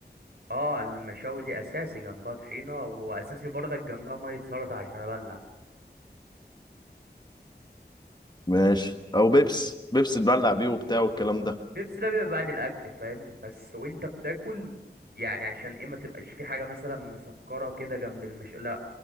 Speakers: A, on the right; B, on the left.
A: اه المشاوي دي اساسي جنبها طحينة واساسي برضك جنبها مية سلطة عشان ابلع
B: ماشي او بيبس بيبس تبلع بيه وبتاع والكلام ده
A: بيبسي ده بيبقى بعد الاكل فاهم بس وانت بتاكل يعني عشان ايه ما تبقاش في حاجة مثلا مسكرة كده جنب المشاوي لا